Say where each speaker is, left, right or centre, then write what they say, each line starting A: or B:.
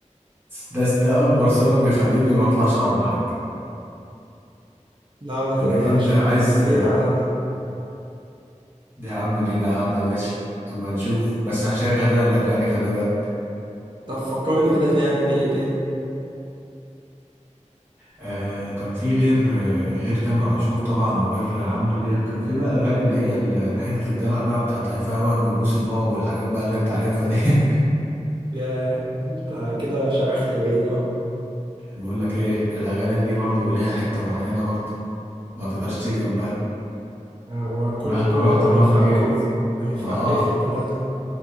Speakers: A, on the right; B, on the right.
A: ده ده اكبر سبب يخليني ما اطلعش اقعد معاك
B: لا ما تقلقش
A: انك انت عايز
B: مس- لينا قاعدة
A: دي يا عم لينا قاعدة ماشي أما نشوف بس هشغل أنا الأغاني خلي بالك
B: طب فكرني كده في أغاني إيه تاني
A: آه كان في غير آه غير تامر عاشور طبعا وغير آه، عمرو دياب كان في بقى الاغاني اللي هي ال- الحتت الدلع بقى بتاعت هيفاء وهبي وبوس البابا والحاجات بقى اللي انت عارفها دي <laughs>
B: يا أنت كده شرحت بعيد أوي
A: بقول لك ايه الاغاني دي برضو ليها حته معينه برضو ما تقدرش تيجي جنبها
B: هو كلكم
A: مهما رحت
B: وهيفاءكم
A: ومهما جيت
B: هيفاء
A: اما اه
B: إيه في حتة تانية